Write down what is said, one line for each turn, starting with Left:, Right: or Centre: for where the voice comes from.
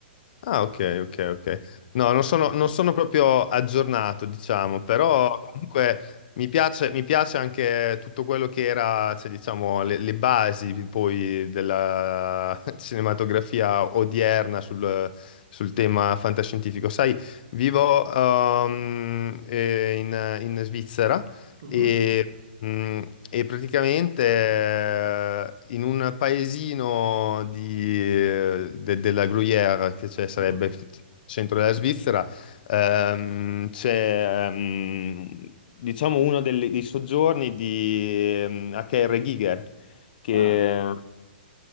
Left: Ah, ok, ok, ok. No, non sono, non sono proprio aggiornato, diciamo, però comunque mi piace, mi piace anche tutto quello che era, cioè, diciamo, le, le basi poi della <laughs> cinematografia odierna sul, sul tema fantascientifico. Sai, vivo ehm, eh, in, in Svizzera
Right: Mhm,
Left: e, mh, e praticamente eh, in un paesino di, eh, de- della Gruyère, che c'è- sarebbe
Right: mhm.
Left: il centro della Svizzera, ehm, c'è ehm, diciamo uno delle- dei soggiorni di ehm, H.R. Giger, che
Right: Ah,